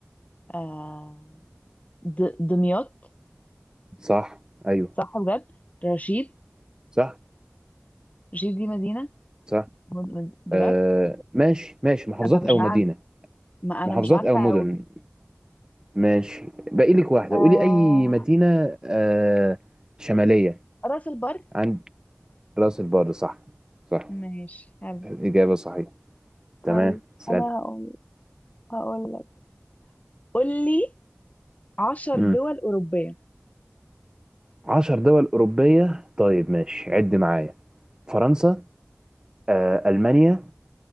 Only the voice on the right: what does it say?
صح أيوه
صح
صح
آه ماشي ماشي محافظات
او مدينه
محافظات
او مدن
ماشي باقي لك واحده
قولي اي مدينه آه شماليه
عند راس البر صح صح
اجابه صحيحه تمام
اسال
امم
10 دول اوروبيه طيب ماشي عد معايا فرنسا آه المانيا